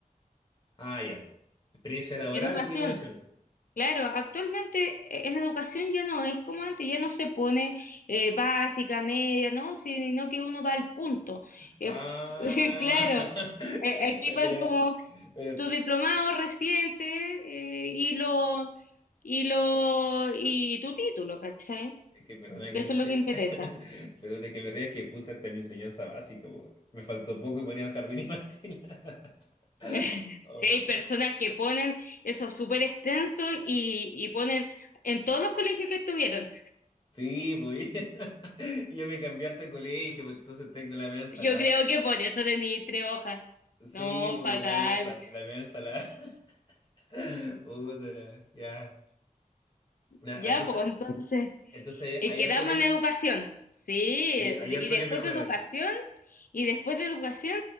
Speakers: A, on the left; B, on the left.
A: Ah, ya. Experiencia laboral
B: Educación,
A: y educación.
B: claro, actualmente eh, en educación ya no es como antes, ya no se pone eh, básica, media, ¿no? Sino que uno va al punto. Eh,
A: Ah,
B: <laughs> claro,
A: <laughs>
B: eh, aquí
A: mira,
B: van como...
A: mira,
B: tu diplomado reciente eh, y lo y lo y tu título, ¿cachai?
A: es que perdona que
B: Que eso
A: me ría,
B: es lo que interesa.
A: <laughs> perdona que me ría, es que puse hasta mi enseñanza básica. po. Me faltó poco y ponía el jardín y Martina. <laughs>
B: <laughs>
A: Oh,
B: Si hay personas que ponen eso súper extenso y, y ponen en todos los colegios que estuvieron.
A: Sí, pues. <laughs> y Yo me cambié hasta colegio, pues, entonces tengo la media ensalada.
B: Yo creo que por eso tení tres hojas. No,
A: Sí, pues,
B: fatal.
A: la media ensa- la media ensalada. <laughs> Puta la- ya. Na,
B: Ya,
A: entonces,
B: pues entonces,
A: entonces
B: eh,
A: hay
B: quedamos
A: harto que
B: en
A: me...
B: educación. Sí,
A: Sí,
B: eh,
A: hay
B: y
A: harto
B: después
A: que mejorar.
B: de educación, y después de educación,